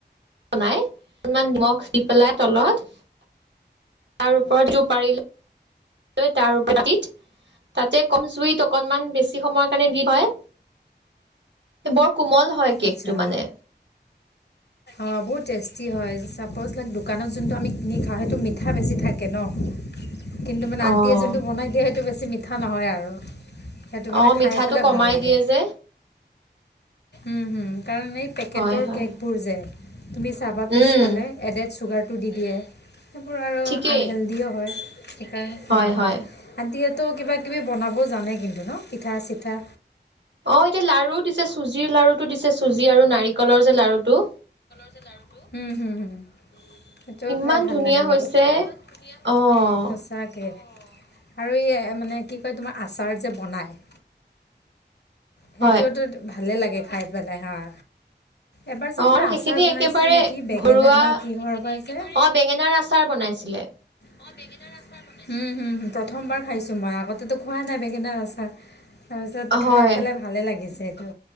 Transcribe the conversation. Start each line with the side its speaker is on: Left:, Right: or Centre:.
Right: নাই, অকণমান নিমখ দি পেলাই তলত- তাৰ ওপৰত পাৰিলে ত তাৰ পিত তাতে কম জুইত অকনমান বেছি সময়ৰ কাৰণে দি থয়। এ বৰ কোমল হয় কেকটো
Left: আচ্ছা
Right: মানে।
Left: অঁ বহুত টেষ্টি হয়। ছাপ'জ লাইক দোকানত যোনটো আমি কিনি খাওঁ, সেইটো মিঠা বেছি থাকে ন। কিন্তু, মানে
Right: অ',
Left: আণ্টিয়ে যোনটো বনাই দিয়ে সেইটো বেছি মিঠা নহয় আৰু। সেইটো মানে
Right: অ', মিঠাটো
Left: খাই পেলাই
Right: কমাই
Left: ভাল লাগে।
Right: দিয়ে যে
Left: উম' হুম' কাৰণ এই পেকেটৰ
Right: হয়, হয়
Left: কেক বোৰ যে তুমি চাবা পিছ-
Right: উম,
Left: এডেড চুগাৰটো দি দিয়ে, সেইবোৰ আৰু
Right: ঠিকেই
Left: আনহেল্ডিও হয়। সেইকাৰণে হাঁ
Right: হয়, হয়
Left: হাঁ আন্টিয়েতো কিবা কিবি বনাবও জানে কিন্তু ন, পিঠা চিঠা।
Right: অঁ এতিয়া লাৰুও দিছে চুজিৰ লাৰুটো দিছে চুজি আৰু নাৰিকলৰ যে লাৰুটো।
Left: উম' হুম হুম। সেইটো
Right: ইমান
Left: খাই ভাল
Right: ধুনীয়া
Left: লাগে
Right: হৈছে
Left: বাৰু, ইমান ধুনীয়া হৈছে।
Right: অ',
Left: তাকে আৰু এই মানে কি কয় তোমাৰ আচাৰ যে বনায়, - সেইটোতো
Right: হয়
Left: ভালে লাগে খাই পেলাই হাঁ। এবাৰ যে
Right: অ',
Left: কিবা
Right: আৰু সেইখিনি
Left: আচাৰ বনাইছিলে
Right: একেবাৰে
Left: নেকি, বেঙেনা
Right: ঘৰুৱা
Left: নে কিহৰ পৰা যে?
Right: অ', বেঙেনাৰ আচ- চাৰ বনাইছিলে।
Left: হুম হুম হুম, প্ৰথমবাৰ খাইছোঁ মই আগতেতো খোৱা নাই বেঙেনাৰ আচাৰ। তাৰপিছত খাই
Right: হয়
Left: পেলাই ভালে লাগিছে এইটো।